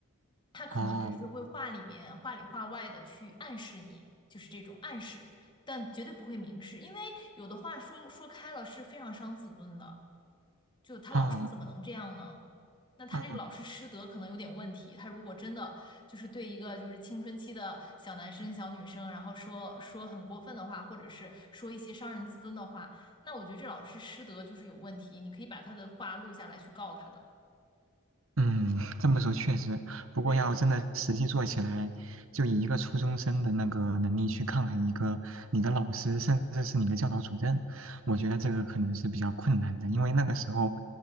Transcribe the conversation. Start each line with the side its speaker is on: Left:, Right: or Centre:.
Left: 他可能只是会话里面话里话外的去暗示你，
Right: 哦，
Left: 就是这种暗示。但绝对不会明示，因为有的话说说开了是非常伤自尊的。就他老师怎么能这样呢？
Right: 嗯
Left: 那他这个老师师德可能有点问题。
Right: 嗯
Left: 他如果真的就是对一个就是青春期的小男生、小女生，然后说说很过分的话，或者是说一些伤人自尊的话，那我觉得这老师师德就是有问题。你可以把他的话录下来去告他的。
Right: 嗯，这么说确实，不过要真的实际做起来，
Left: 对呀
Right: 就以一个初中生的那个能力去抗衡一个你的老师，甚至是你的教导主任，我觉得这个可能是比较困难的，因为那个时候